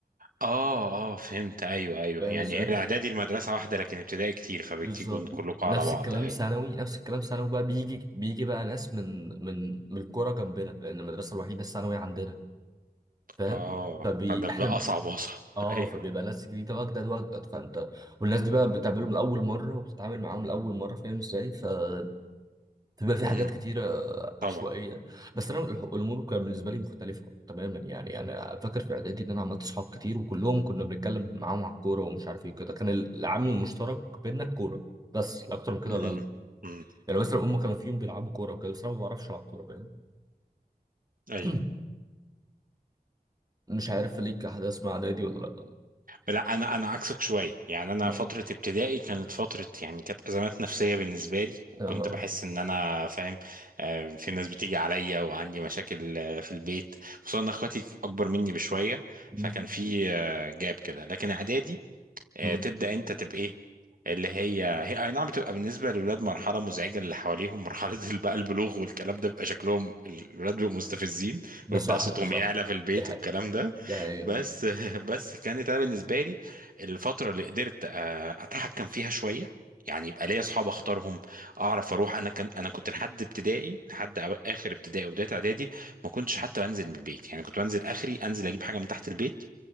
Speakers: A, on the right (about 60°); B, on the right (about 25°).
A: اه اه فهمت ايوه ايوه
B: فاهم
A: يعني
B: ازاي؟
A: هي الاعدادي المدرسة واحدة لكن ابتدائي كتير فبتيجوا
B: بالظبط
A: كلكم
B: نفس
A: على بعض
B: الكلام
A: ايوه
B: ثانوي نفس الكلام ثانوي بقى بيجي بيجي بقى ناس من من من القرى جنبنا لان المدرسه الوحيده الثانوي عندنا فاهم
A: اه
B: فبي
A: فده
B: احنا
A: بقى اصعب واصعب <laughs>
B: اه
A: ايوه
B: فبيبقى ناس جديده واجدد واجدد فانت والناس دي بقى بتقابلهم لاول مره وبتتعامل معاهم لاول مره فاهم ازاي فبيبقى في حاجات
A: امم
B: كتيره عشوائيه
A: طبعا
B: بس انا الح- الامور كانت بالنسبه لي مختلفه تماما يعني انا فاكر في اعدادي ان انا عملت صحاب كتير وكلهم كنا بنتكلم معاهم على الكوره ومش عارف ايه وكده كان العامل المشترك بينا الكوره بس لا اكتر من كده
A: امم
B: لا
A: امم
B: يعني مثلا هم كانوا في يوم بيلعبوا كوره وكده بس انا ما بعرفش العب كوره فاهم
A: ايوه
B: <clears throat> مش عارف ليك احداث مع اعدادي ولا لا
A: لا انا انا عكسك شويه يعني انا
B: مم.
A: فتره ابتدائي كانت فتره يعني كانت ازمات نفسيه بالنسبه لي وكنت
B: اه آه.
A: بحس ان انا فاهم آه، في ناس بتيجي عليا وعندي مشاكل آه، في البيت خصوصا ان اخواتي اكبر مني بشويه
B: مم.
A: فكان في آه، جاب كده لكن اعدادي آه،
B: مم.
A: تبدأ انت تبقى ايه اللي هي هي اي نعم بتبقى بالنسبة للولاد مرحلة مزعجة اللي حواليهم مرحلة <laughs> بقى البلوغ والكلام ده بيبقى شكلهم الولاد بيبقوا مستفزين
B: ده
A: ويبدأ
B: صح
A: صوتهم
B: ده صح
A: يعلى في البيت
B: دي حاجه
A: والكلام ده
B: دي حقيقه
A: بس <laughs> بس كانت انا بالنسبة لي الفترة اللي قدرت آه، اتحكم فيها شوية يعني يبقى ليا اصحاب اختارهم اعرف اروح انا كان انا كنت لحد ابتدائي لحد أو- اخر ابتدائي وبدايه اعدادي ما كنتش حتى بنزل من البيت يعني كنت بنزل اخري انزل اجيب حاجه من تحت البيت